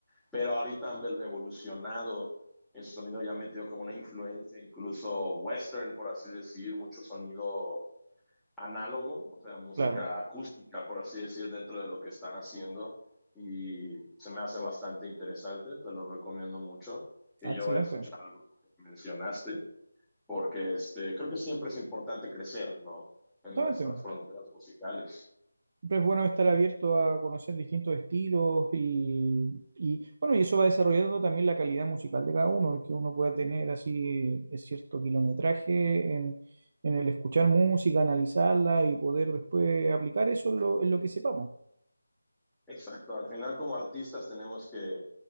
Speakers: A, in the centre; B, on the right.
A: pero ahorita han evolucionado en su sonido ya han metido como una influencia incluso western, por así decir, mucho sonido análogo, o sea, música
B: claro,
A: acústica, por así decir, dentro de lo que están haciendo. Y se me hace bastante interesante, te lo recomiendo mucho. Y
B: Ah,
A: yo
B: excelente.
A: voy a escuchar algo que mencionaste, porque este, creo que siempre es importante crecer, ¿no? En
B: Justamente.
A: nuestras fronteras musicales.
B: Siempre es bueno estar abierto a conocer distintos estilos y, y, bueno, y eso va desarrollando también la calidad musical de cada uno, que uno pueda tener así eh, cierto kilometraje en, en el escuchar música, analizarla y poder después aplicar eso en lo, en lo que sepamos.
A: Exacto, al final como artistas tenemos que,